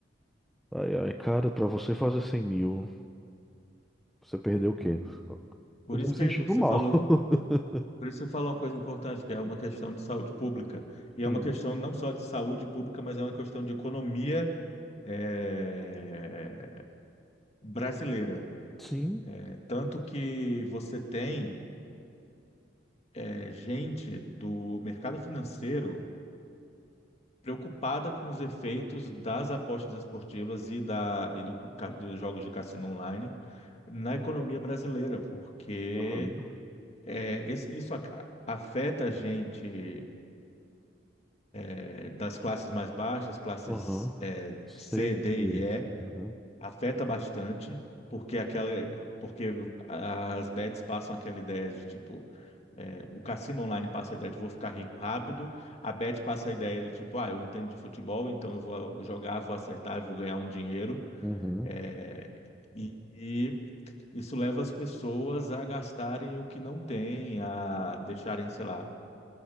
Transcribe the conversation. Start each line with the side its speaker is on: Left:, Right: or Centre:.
Centre: Ai, ai, cara, pra você fazer 100 mil, você perdeu o quê?
Left: Por
Centre: Eu tô
Left: isso
Centre: me
Left: que
Centre: sentindo
Left: você
Centre: mal.
Left: falou,
Centre: <laughs>
Left: por isso que você falou uma coisa importante, que é uma questão de saúde pública. E
Centre: Sim.
Left: é uma questão não só de saúde pública, mas é uma questão de economia eh, brasileira.
Centre: Sim.
Left: Eh, tanto que você tem eh, gente do mercado financeiro preocupada com os efeitos das apostas esportivas e, da, e do- do ca- dos jogos de cassino online na economia brasileira, porque
Centre: Aham.
Left: eh, esse- isso a- afeta a gente eh, das classes mais baixas, classes
Centre: Aham.
Left: eh,
Centre: Sei.
Left: C, D e E,
Centre: Uhum.
Left: afeta bastante, porque aquela, porque as bets passam aquela ideia de tipo, eh, o cassino online passa a ideia de vou ficar rico rápido, a bet passa a ideia de tipo, ah, eu entendo de futebol, então eu vou jogar, vou acertar, eu vou ganhar um dinheiro,
Centre: Uhum.
Left: eh, e e isso leva as pessoas a gastarem o que não têm, a deixarem, sei lá,